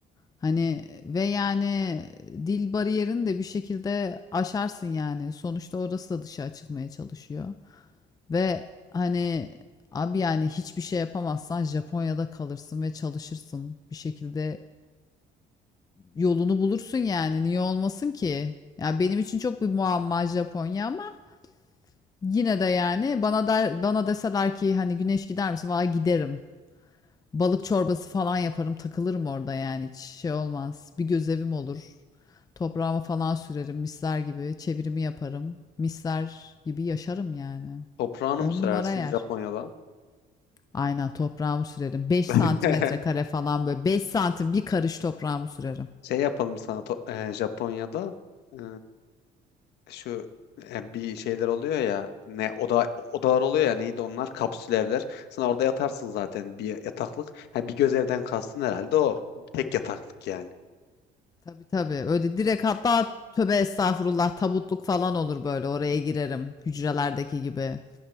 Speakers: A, on the left; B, on the left.
A: Hani ve yani dil bariyerini de bir şekilde aşarsın yani. Sonuçta orası da dışa açılmaya çalışıyor. Ve hani abi yani hiçbir şey yapamazsan Japonya'da kalırsın ve çalışırsın. Bir şekilde yolunu bulursun yani. Niye olmasın ki? Ya benim için çok bir muamma Japonya ama yine de yani bana der, bana deseler ki hani güneş gider misin? Valla giderim. Balık çorbası falan yaparım, takılırım orada yani hiç şey olmaz. Bir gözevim olur. Toprağıma falan sürerim misler gibi, çevirimi yaparım. Misler gibi yaşarım yani.
B: Toprağını
A: On
B: mı sürersin
A: numara yer.
B: Japonya'da?
A: Aynen toprağımı sürerim. beş
B: <laughs>
A: santimetre kare falan böyle. beş santim bir karış toprağımı sürerim.
B: Şey yapalım sana to- e, Japonya'da e, şu e, bir şeyler oluyor ya ne oda odalar oluyor ya neydi onlar kapsül evler. Sen orada yatarsın zaten bir yataklık. Ha, bir göz evden kastın herhalde o. Tek yataklık yani.
A: Tabii tabii. Öyle direkt hatta tövbe estağfurullah tabutluk falan olur böyle. Oraya girerim. Hücrelerdeki gibi.